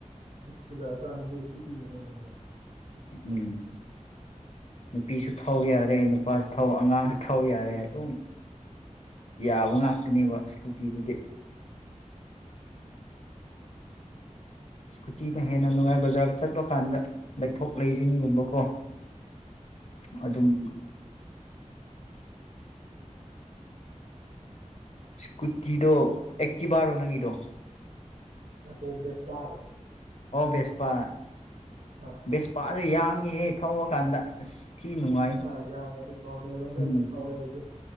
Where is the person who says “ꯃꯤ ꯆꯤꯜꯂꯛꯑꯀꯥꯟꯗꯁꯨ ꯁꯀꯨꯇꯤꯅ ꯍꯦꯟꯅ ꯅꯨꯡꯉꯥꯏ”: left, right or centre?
Right